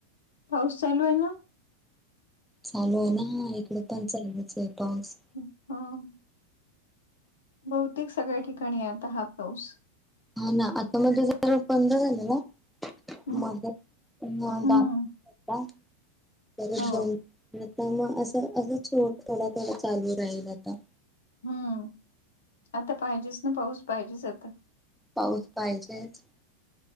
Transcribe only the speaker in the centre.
चालू आहे ना इकड पण चालूच आहे पाऊस.
हो ना आता मध्ये जरा बंद झालेला.
मधे पण <inaudible> होता
परत
बंद आता मग असं असंच थोडा थोडा चालू राहील आता.
पाऊस पाहिजेच.